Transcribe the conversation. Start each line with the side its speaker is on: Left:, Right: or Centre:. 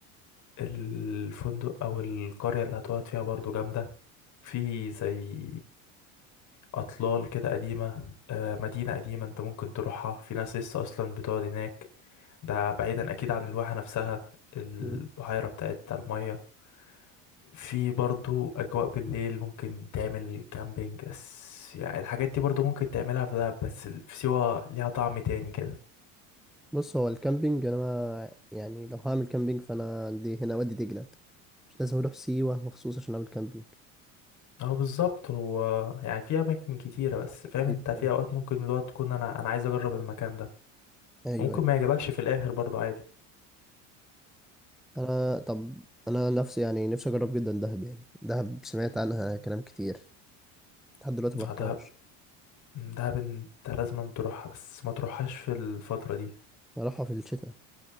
Left: الفندق أو القرية اللي هتقعد فيها برضو جامدة في زي أطلال كده قديمة آه، مدينة قديمة أنت ممكن تروحها في ناس لسه أصلا بتقعد هناك ده بعيدا اكيد عن الواحة نفسها البحيرة
Centre: امم
Left: بتاعت المية في برضو اجواء بالليل ممكن تعمل كامبينج بس يعني الحاجات دي برضو ممكن تعملها في دهب بس ال- في سيوة ليها طعم تاني كده
Centre: بص هو الكامبينج انا ما... يعني لو هعمل كامبينج فانا عندي هنا وادي دجله مش لازم اروح سيوه مخصوص عشان اعمل كامبينج
Left: اه بالظبط هو يعني في اماكن كتيرة بس
Centre: أماكن
Left: فاهم
Centre: كتير
Left: انت
Centre: أوي.
Left: في اوقات ممكن الوقت تكون انا انا عايز اجرب المكان ده
Centre: ايوه
Left: ممكن
Centre: ايوه
Left: ما يعجبكش في الاخر برضو عادي
Centre: انا طب انا نفسي يعني نفسي اجرب جدا دهب يعني دهب سمعت عنها كلام كتير لحد دلوقتي ما
Left: آه،
Centre: رحتهاش
Left: دهب دهب انت لازم تروحها بس ما تروحهاش في الفترة دي
Centre: اروحها في الشتاء